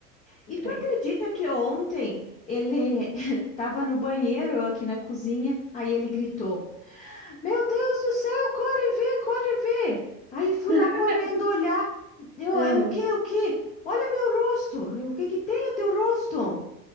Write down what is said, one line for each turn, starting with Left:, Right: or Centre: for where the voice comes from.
Left: E tu
Right: sei.
Left: acredita que ontem ele <laughs> tava no banheiro, eu aqui na cozinha, aí ele gritou. Meu Deus do céu, corre ver, corre ver. Aí fui
Right: <laughs>
Left: lá correndo olhar. Eu,
Right: Ah,
Left: eu, o que, o que? Olha meu rosto. Eu, o que que tem o teu rosto?